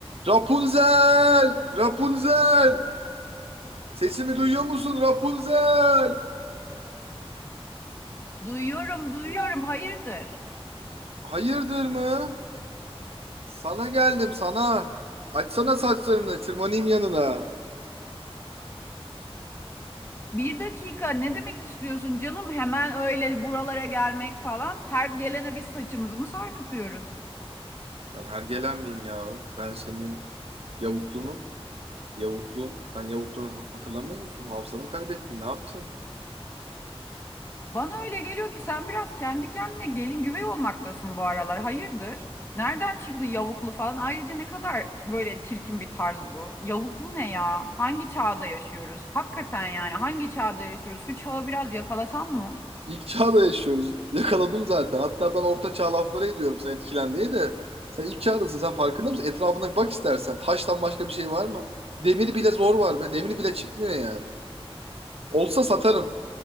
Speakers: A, on the right (about 70°); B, on the left (about 25°).
A: Rapunzel! Rapunzel! Sesimi duyuyor musun Rapunzel?
B: Duyuyorum, duyuyorum. Hayırdır?
A: Hayırdır mı? Sana geldim sana. Açsana saçlarını, tırmanayım yanına.
B: Bir dakika ne demek istiyorsun canım? Hemen öyle buralara gelmek falan. Her gelene biz saçımızı mı sarkıtıyoruz?
A: Ben hergelen miyim ya? Ben senin yavuklunum. Yavuklun. Sen yavuklunu hatırlamıyor musun? Hafızanı mı kaybettin. Ne yaptın?
B: Bana öyle geliyor ki sen biraz kendi kendine gelin güvey olmaktasın bu aralar. Hayırdır? Nereden çıktı yavuklu falan? Ayrıca ne kadar böyle çirkin bir tarz bu. Yavuklu ne ya? Hangi çağda yaşıyoruz? Hakikaten yani hangi çağda yaşıyoruz? Şu çağı biraz yakalasan mı?
A: İlk çağda yaşıyoruz. <laughs> Yakaladım zaten. Hatta ben orta çağ lafları ediyorum sana etkilen diye de. Sen ilk çağdasın. Sen farkında mısın? Etrafına bir bak istersen. Taştan başka bir şey var mı? Demir bile zor var be. Demir bile çıkmıyor yani. Olsa satarım.